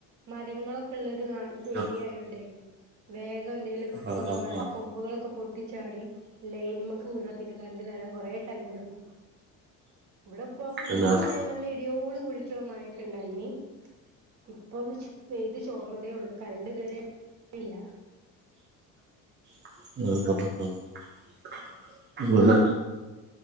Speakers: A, on the right; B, on the right.
A: മരങ്ങളൊക്കെ ള്ള ഇത് നാട് ഇത്
B: ആ
A: ഏരിയായോണ്ടേ വേഗൻ എലൊക്കെ
B: ആ
A: പ്പ്
B: ആ
A: മരക്കൊമ്പുകളൊക്കെ
B: ആ
A: പൊ ട്ടി ചാടി ലൈൻമ ക്ക്‌ വീണാ പിന്നെ കരന്റ് വെരാൻ കൊറേ ടൈമ്ട്ക്കും ഇവിടെ ഇപ്പോ
B: പിന്നെ
A: ഇന്ന്മയ
B: ആ
A: നല്ല ഇടിയോട് കുഴിച്ചുള്ള മഴൊക്കെ ണ്ടായ്നി ഇപ്പൊ ഒന്ന് പെയ്ത്ചോർന്നതേ ഒള്ളൂ കരന്റ് ഇതുവരെ <unintelligible>
B: <unintelligible> ഇവിടെ